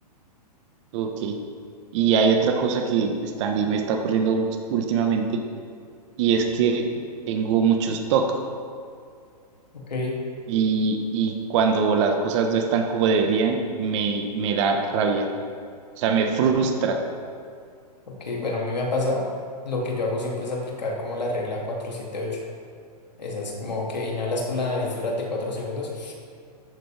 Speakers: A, on the right; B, on the left.
A: ok. Y hay otra cosa que pues, también me está ocurriendo ú- últimamente y es que tengo mucho stock
B: Ok,
A: y, y cuando las cosas no están como deberían, me, me da rabia. O sea, me frustra.
B: ok, bueno, a mí me ha pasado, lo que yo hago siempre es aplicar como la regla cuatro siete ocho Esa es como que inhalas por la nariz durante 4 segundos,